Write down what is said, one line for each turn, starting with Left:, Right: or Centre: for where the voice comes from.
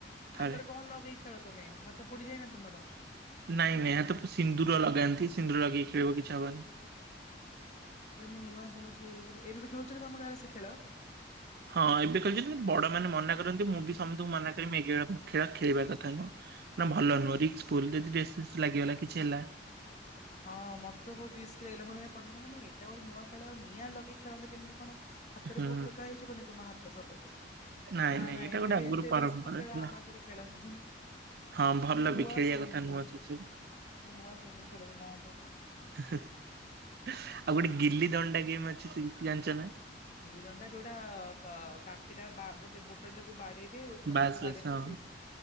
Left: ହାତରେ
Right: ଥରେ
Left: କଣ ଲଗେଇ ଖେଳ ତମେ ହାତ ପୋଡିଯାଏନା ତୁମର?
Right: ନାଇଁ ନାଇଁ ଏହା ତ ସିନ୍ଦୁର ଲଗାନ୍ତି ସିନ୍ଦୁର ଲଗେଇକି ଖେଳିବ କିଛି ହବନି।
Left: ଆରେ ମୁଁ ନୂଆ ଶୁଛି ଗଟେବେ ବି ଖେଳଛନ୍ତି ତମ ଗାଁରେ ସେ ଖେଳ?
Right: ହଁ ଏବେ ଖେଳଛନ୍ତି କିନ୍ତୁ ବଡ ମାନେ ମନା କରନ୍ତି ମୁଁ ବି ସମସ୍ତଙ୍କୁ ମନା କରମି ଏ ଗେ ଖେଳ ଖେଳିବା କଥା ନୁହଁ। ଭଲ ନୁହଁ ରିକ୍ସ ପୁଲ ଯଦି ଡ୍ରେସ ଫ୍ରରେସ ରେ ଲାଗିଗଲା କିଛି ହେଲା।
Left: ହଁ ମତେ ବହୁତ ରିସ୍କ ଲାଗିଲ ମୁଁ ସେନାଗି ପଚାରିଲି କଁ ଏଟା ଗୋଟେ ନୂଆ ଖେଳ ନିଆଁ ଲଗି ଖେଳନ୍ତି କେମିତି କଣ? ହାତରେ
Right: ହୁଁ
Left: ଫୁଟୁକା ହେଇଯିବନି ତମ ହାତ ସବୁ?
Right: ନାଇଁ
Left: ନା
Right: ନାଇଁ
Left: ନା
Right: ଏଇଟା
Left: ଏମିତି
Right: ଗୋଟେ ଆଗରୁ
Left: ଏତେ
Right: ପରମ୍ପରା
Left: ରିସ୍କି ଖେଳ
Right: ଥିଲା
Left: ଆମ ଏପଟେ ଖେଳନ୍ତିନି।
Right: ହଁ ଭଲ
Left: ମୁଁ
Right: ବି
Left: ନୁଆ
Right: ଖେଳିବା
Left: ସୁଣିଲି
Right: କଥା ନୁହଁ ସେ ସବୁ।
Left: ମୁଁ ନୁଆ ସୁଣିଲି ଖେଳର ନା
Right: ଆଉ ଗୋଟେ ଗିଲ୍ଲିି ଦଣ୍ଡା ଗେମ୍ ଅଛି ଜାଣିଛ ନା?
Left: ଗିନି ଦଣ୍ଡା ଯୋଉଟା କାଠିଟା ବା ଗୋଟେ ବୋଟଲ ଟାକୁ ବାଡେଇ ଉପରେ
Right: ବାସ୍
Left: ଥରେ
Right: ବାସ୍
Left: ବାଡିବ
Right: ହଁ
Left: ତ ସେଇଟା